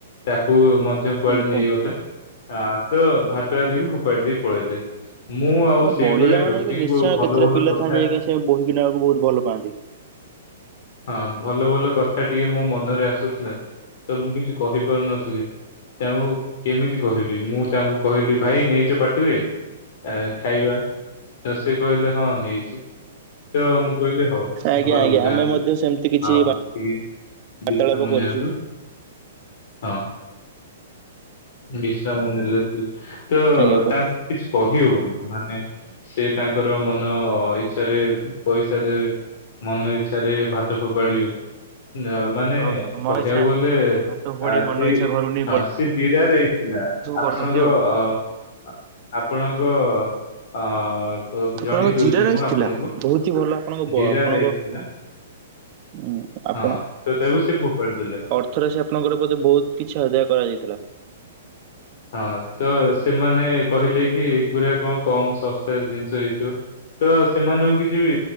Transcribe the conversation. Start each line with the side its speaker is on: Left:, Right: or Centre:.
Left: ତାକୁ ମଧ୍ୟ କୁଆଡେ
Right: ହୁଁ କୁହନ୍ତୁ
Left: ନେଇଗଲେ ଆ ତ ଭାତ ଆଲିକୁ ଫୋପାଡି ଦେଇ ପଳେଇଲେ। ମୁଁ
Right: ଆଜ୍ଞା
Left: ଆଉ ସେଇଭଳିଆ
Right: ବଳିଲା ମାନେ
Left: ବ୍ୟକ୍ତିଙ୍କୁ
Right: ଆଜ୍ଞା ନିଶ୍ଚୟ
Left: ଆଉ ଭଲ
Right: କେତେଟା
Left: ଭଲ
Right: ପିଲା
Left: କଥା।
Right: ଥାନ୍ତି ଆଜ୍ଞା ସେ ବୋହିକି ନେବାକୁ ବହୁତ ଭଲ ପାଆନ୍ତି।
Left: ହଁ ଭଲ ଭଲ କଥା ଟିଏ ମୋ ମନରେ ଆସୁଥିଲା। ତ ମୁଁ କିଛି କହିପାରୁନଥିଲି ତାଙ୍କୁ କେମିତି କହିବି ମୁଁ ତାଙ୍କୁ କହିଲି ଭାଇ ନେଇଚ ପାଟିରେ ଏ ଖାଇବା ସେ କହିଲେ ହଁ ନେଇ ଚି ତ ମୁଁ କହିଲି ହଉ
Right: ଆଜ୍ଞା
Left: ଘରକୁ
Right: ଆଜ୍ଞା
Left: ଯାଆନ୍ତୁ
Right: ଆମେ ମଧ୍ୟ ସେମିତି କିଛି
Left: ଆଉ ଟିକେ
Right: ବାର୍ତ୍ତାଳାପ
Left: ବିଶ୍ରାମ
Right: କରିଛୁ
Left: ନିଅନ୍ତୁ ହଁ ବିଶ୍ରାମ ନେଲେ ବି ତ
Right: ଆଜ୍ଞା କରୁ
Left: ତାଙ୍କୁ କିଛି କହି ହବନି ମାନେ ସେ ତାଙ୍କର ମନ ଇଚ୍ଛାରେ ପଇସା ରେ ମନ ଇଚ୍ଛାରେ ଭାତ ଫୋପାଡିବ ମାନେ
Right: ଓହୋ
Left: କହିବାକୁ
Right: ମନ ଇଚ୍ଛା
Left: ଗଲେ
Right: ଭାତ ଫୋପାଡି
Left: ଆ
Right: ମନ
Left: ସେ
Right: ଇଛା ଘରୁକୁନେ
Left: ହଁ ସିଏ ଦିଡା ରାଇଶି ଥିଲା ଆପଣଙ୍କ
Right: କରୁଛନ୍ତି ଆଉ।
Left: ଅ ଅ ଆପଣଙ୍କ ଅ
Right: ଆପଣଙ୍କ
Left: ଜଣେଇ ଦଉଛି
Right: ଜିରା ରାଇସି
Left: ମୁଁ ଆପଣଙ୍କୁ
Right: ଥିଲା ବହୁତ ଭଲ ଆପଣଙ୍କ
Left: ଜିରା
Right: ବ ଆପଣଙ୍କ
Left: ରାଇସ୍ ଥିଲା
Right: ହୁଁ ଆପଣ
Left: ହଁ
Right: ଅ
Left: ତ ତାକୁ ସେ ଫୋପାଡି ଦେଲେ।
Right: ଥରାଶି ଆପଣଙ୍କର ବୋଧେ ବହୁତ କିଛି ଆଦାୟ କରାଯାଇଥିଲା।
Left: ହଁ ତ ସେମାନେ କହିଲେ କି ଏଗୁରା କଣ କମ ଶସ୍ତା ରେ ଜିନିଷ ହେଇଥିବ। ତ ସେମାନଙ୍କୁ କିଛି ବି